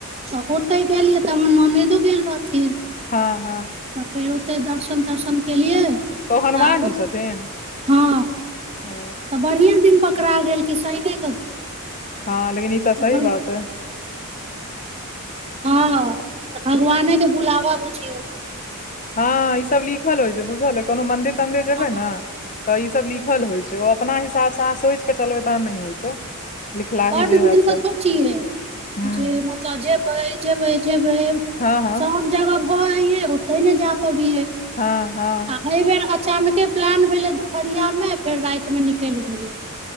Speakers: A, on the right; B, on the left.
A: तऽ ओतै गेलियै तऽ हमर ननदो गेल रहथिन
B: हँ हँ
A: तऽ फेर ओतै दर्शन तर्शन केलियै
B: तऽ ओ हनुमान
A: आब
B: जी छथिन
A: हँ
B: ओ
A: तऽ बढ़िया दिन पकड़ा गेल कि शाने
B: हँ लेकिन ई तऽ सही
A: बढ़
B: बात है
A: हँ तऽ भगवाने के बुलावा बुझियौ
B: हँ ई सब लिखल होइ छै बुझल ह कोनो मंदिर तंदिर जेबै
A: हँ
B: न तऽ ई सब लिखल होइ छै ओ अपना हिसाब से अहाँ सोइच केऽ चलबै तहन नहि होइ छै लिखलाही
A: बड
B: जे
A: दिन
B: हैत से
A: तऽ सोचीए
B: हुँ
A: जे मत तऽ जेबै जेबै जेबै
B: हँ हँ
A: सब जगह भऽअइ ओतै नहि जा पाबियै
B: हँ हँ
A: आ अइ बेर अचानके प्लान भेलै दुपहरिया में फेर राति में निकलि गेलयै